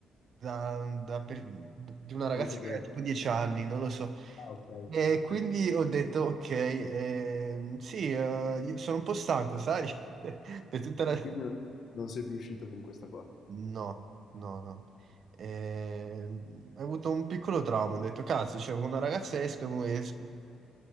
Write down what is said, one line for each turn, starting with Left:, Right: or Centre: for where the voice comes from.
Right: da, da per- di una ragazza
Left: Molto grezzo.
Right: che aveva tipo 10 anni, non lo so.
Left: Ah, ok,
Right: E quindi
Left: ok.
Right: ho detto, ok, ehm, sì, eh, io sono un po' stanco, sai? <laughs> Per tutta la...
Left: E quindi non sei più uscito con questa qua.
Right: No, no, no. Ehm, Ho avuto un piccolo trauma, ho detto, cazzo, c'è una ragazza esca come... <laughs> es-